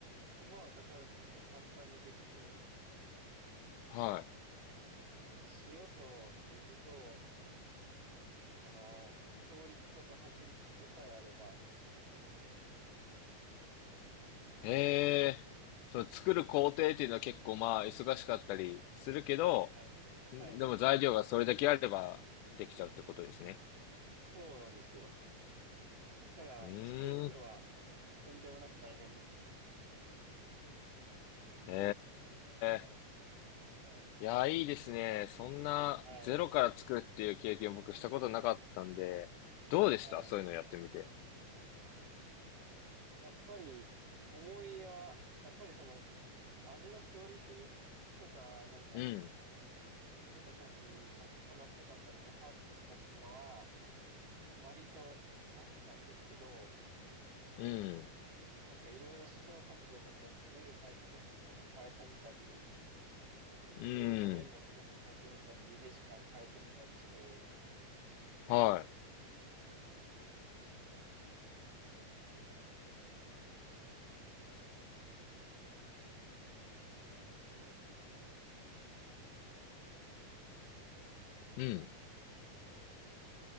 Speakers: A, on the right (about 85°); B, on the left (about 80°).
A: 手間はかかるんですけど、簡単にできて、
B: は
A: あの、塩と水と、あの、強力粉と薄力粉さえあればできるんですよ。
B: い。へえ。その作る工程っていうのは結構まあ忙しかったりするけど、
A: はい。はい。
B: んでも材料がそれだけあればできちゃうってことですね。
A: そうなんですよ。ただ、
B: うーん。
A: 作るのはとんでもなく大変ですね。
B: へえ。
A: はい。
B: いや、いいですね。そんなゼロから作るっていう経験僕したことなかったんで、
A: はい。
B: どうでしたそういうのやってみて。
A: はい。やっぱり、思い出は、やっぱりその、味のクオリティとか、なんか、
B: うん。
A: 食べた感じ、なんか粉っぽかったり、もさっとしたりとかは、割とあったんですけど、
B: うん。
A: なんかいろいろ試行錯誤、なんか練る回数とかちょっと変えてみたり、なんかそれこそ麺の太さ変えてみたり、
B: うん。
A: 茹で時間変えてみたりして、
B: はい。うん。